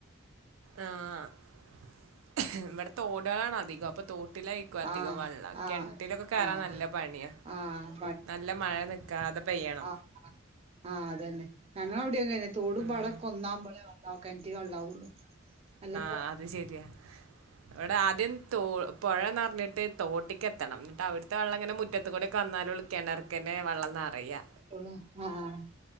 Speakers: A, on the right; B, on the right.
A: ആഹ് വടെ തോടാളാണധികം അപ്പൊ തോ ട്ടിലായിക്കു അധികം
B: ആഹ്
A: വള്ളം
B: ആഹ്
A: കെൺറ്റിലൊക്കെ കേറാൻ
B: ആഹ്
A: നല്ല പണിയാ
B: ആഹ്
A: നല്ല മഴ വെ ക്കാതെ പെയ്യണം
B: <unintelligible> ആഹ് അതന്നെ ഞങ്ങളവുടീങ്ങനെ തോടും
A: ഉം.
B: പാടൊക്കൊന്നാവുമ്പളേ വള്ളാ കൊൺറ്റ് വള്ളാവൊള്ളു അല്ലാ
A: ആഹ് അത് ശരിയാ ഇവിടെ ആദ്യം തോ പൊഴന്നറഞ്ഞിട്ട് തോട്ട്ക്കെത്തണം ന്നിട്ട് അവിടുത്തെ വെള്ളങ്ങനം മുറ്റത്ത് കൂടൊക്കെ വന്നാലൊള്ളു കെണറ്ക്കെന്നെ വള്ളം നറയ
B: കുള ആഹ്